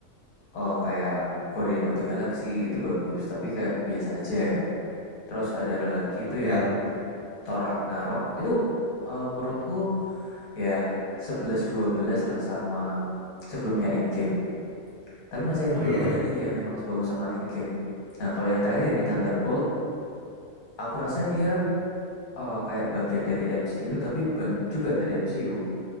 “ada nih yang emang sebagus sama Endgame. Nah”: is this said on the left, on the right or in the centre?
Left